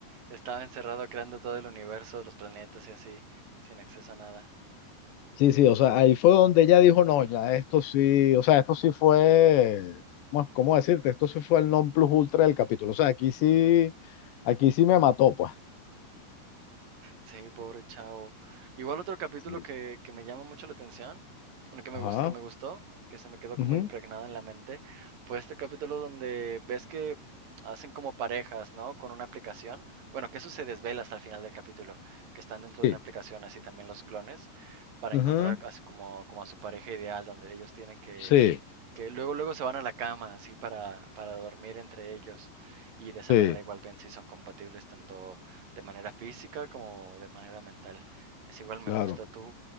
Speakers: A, on the right (about 55°); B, on the left (about 80°).
A: estaba encerrado creando todo el universo, los planetas y así, sin acceso a nada.
B: Sí, sí, o sea, ahí fue donde ella dijo, no, ya esto sí, o sea, esto sí fue, bueno, ¿cómo decirte? Esto sí fue el non plus ultra del capítulo. O sea, aquí sí, aquí sí me mató, pues.
A: Sí, pobre chavo. Igual otro capítulo
B: Sí.
A: que, que me llama mucho la atención, bueno, que me
B: Ajá.
A: gus- que me gustó, que se me quedó
B: ujú,
A: como impregnado en la mente, fue este capítulo donde ves que hacen como parejas, ¿no? Con una aplicación. Bueno, que eso se desvela hasta el final del capítulo, que están dentro de
B: Sí.
A: una aplicación, así también los clones, para
B: ujú,
A: encontrar así como, como a su pareja ideal, donde ellos tienen que,
B: Sí,
A: que luego luego se van a la cama así para, para dormir entre ellos y de esa
B: sí,
A: manera igual ven si son compatibles tanto de manera física como de manera mental. Es igual me
B: claro,
A: gusta tú,